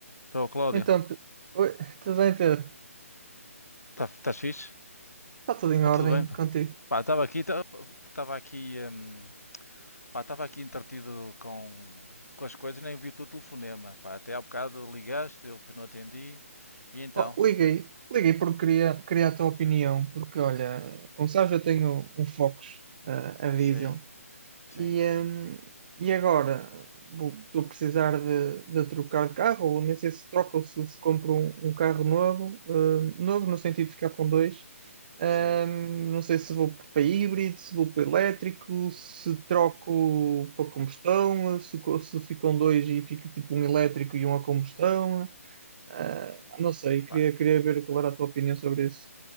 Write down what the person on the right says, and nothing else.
Então, Pe- oi, tudo bem, Pedro?
Está tudo em
ordem
contigo?
Oh, liguei, liguei porque queria, queria a tua opinião, porque olha, como sabes, eu tenho um Focus, eh, a diesel
E,
hum, e agora vou- estou a precisar de, de trocar de carro, ou nem sei se troco ou se, se compro um, um carro novo, hum, novo no sentido de ficar com dois. Hum,
não sei se vou para híbrido, se vou para elétrico, se troco para combustão, se, co- se fico com dois e fica tipo um elétrico e um a combustão. Ah, não sei,
queria, queria ver qual era a tua opinião sobre isso.